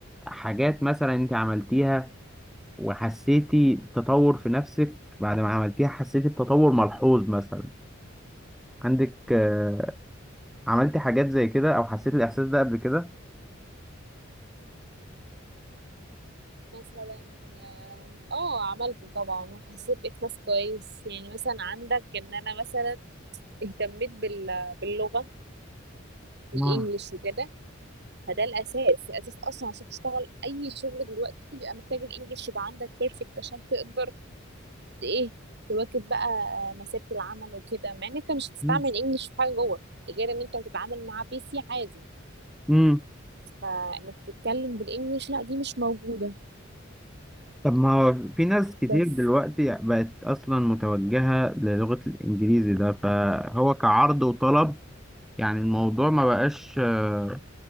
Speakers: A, in the centre; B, on the right.
A: حاجات مثلا انت عملتيها وحسيتي تطور في نفسك بعد ما عملتيها حسيتي بتطور ملحوظ مثلا عندك آه، عملتي حاجات زي كده او حسيت الاحساس ده قبل كده
B: مثلا اه آه، عملته طبعا وحسيت باحساس كويس يعني مثلا عندك ان انا مثلا اهتميت بال... باللغه بالانجلش
A: آه.
B: وكده فده الاساس الاساس اصلا عشان تشتغل اي شغل دلوقتي بيبقى محتاج الانجلش يبقى عندك بيرفكت عشان تقدر ت- ايه تواكب بقى مسيره العمل وكده مع ان انت مش هتستعمل
A: مم.
B: الانجلش في حاجه جوه غير ان انت هتتعامل مع بي سي عادي
A: مم.
B: فانك تتكلم بالانجليش لا دي مش موجوده
A: طب ما هو في ناس كتير
B: بس
A: دلوقتي بقت أصلا متوجهة للغة الإنجليزي ده فهو كعرض وطلب يعني الموضوع ما بقاش آه،